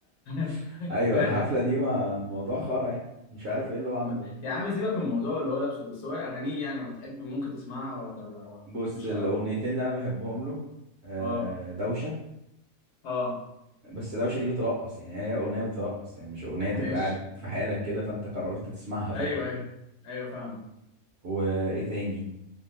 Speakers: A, on the left; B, on the right.
A: <laughs>
B: <laughs> ايوه
A: ايوه
B: الحفله دي ما الموضوع خرا يعني مش عارف ايه اللي هو عامله
A: م-
B: ده
A: يا عم سيبك من الموضوع اللي هو لابسه بس هو اغانيه يعني لو بتحب ممكن تسمعها ولا ما-
B: بص
A: مش
B: الاغنيتين
A: قوي
B: اللي انا بحبهم له آه،
A: اه
B: دوشه
A: اه
B: بس دوشه دي بترقص يعني هي اغنيه بترقص يعني مش اغنيه
A: ماشي
B: تبقى قاعد في حالك كده فانت قررت تسمعها فجاه
A: ايوه ايوه ايوه فاهم
B: وايه تاني